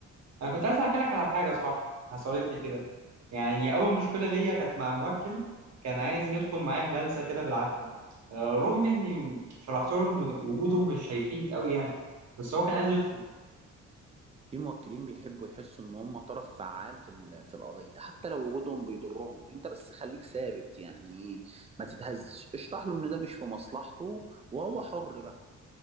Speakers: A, on the right (about 60°); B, on the right (about 20°).
A: انا كنت عايز احكي لك على حاجه صح حصلت لي كده يعني اول مشكله ليا كانت مع موكل كان عايز يدخل معايا الجلسه كده بالعافيه آه، رغم اني شرحت له ان وجوده مش هيفيد قوي يعني بس هو كان عايز يدخل
B: في موكلين بيحبوا يحسوا ان هم طرف فعال في ال- في القضيه حتى لو وجودهم بيضرهم انت بس خليك ثابت يعني ما تتهزش اشرح له ان ده مش في مصلحته وهو حر بقى